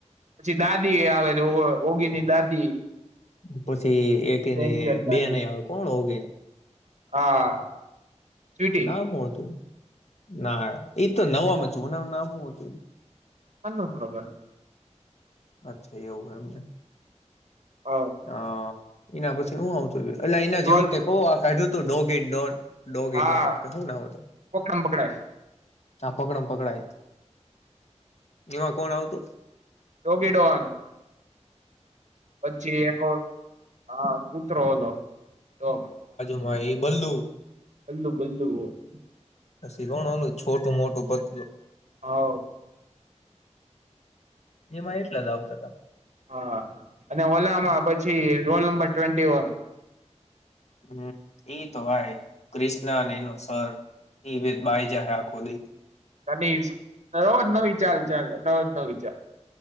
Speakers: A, on the right (about 75°); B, on the left (about 65°).
A: પછી દાદી આવે છે, ઓગીની દાદી.
B: પછી પછી એકને
A: ડેન્જર દાદી
B: બે નહીં આવે, કોણ હોગ?
A: હા સ્વીટી
B: ના, હોતું? ના, એ તો નવામ હતું. ઓનું નામ શું હતું?
A: આ ન ખબર.
B: અચ્છા, એવુ? મને.
A: હા
B: હા. એના પછી હું આવ છું. લઈને જવું
A: રોલ-
B: તો કહો, કાઢ્યું છે. તો ડોગન ડોન. ડોગી
A: હા
B: ડોન કે શું ના હતો?
A: પકડમ પકડાય
B: હ, પકડમ પકડાય. એમાં કોણ આવતું?
A: ડોગી ડોન પછી એક આ કૂતરો હતો ડોગ.
B: હા, એ બલ્લુ.
A: બલ્લું બલું
B: પછી કોણ ઓલું છોટું મોટું પતલું
A: હ
B: એમાં એટલા જ આવતા હતા.
A: હા અને ઓલામાં પછી રોલ નંબર ટ્વેન્ટી વન
B: હ એઈ તો આય ક્રિષ્ના અને એનો સર એ બે બાય જ આખો દિ
A: કની રોજ નવી ચાલ ચાલ રોજ નવી ચાલ